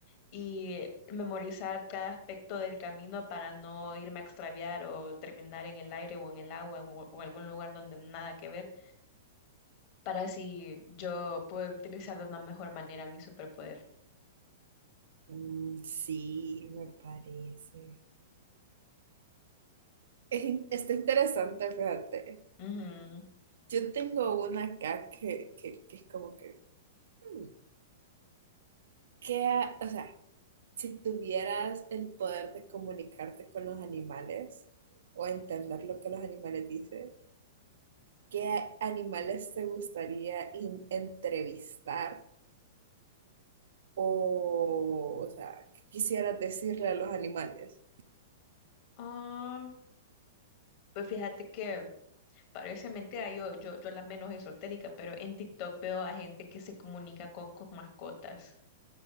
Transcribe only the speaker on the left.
y memorizar cada aspecto del camino para no irme a extraviar o terminar en el aire o en el agua o, o algún lugar donde nada que ver, para así yo poder utilizar de una mejor manera mi superpoder.
Ujú.
Ah, pues fíjate que parece mentira, yo, yo, yo la menos esotérica, pero en TikTok veo a gente que se comunica con, con mascotas